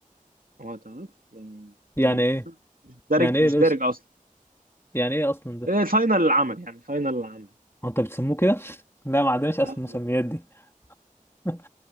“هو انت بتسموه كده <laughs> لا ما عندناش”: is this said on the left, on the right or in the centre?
Left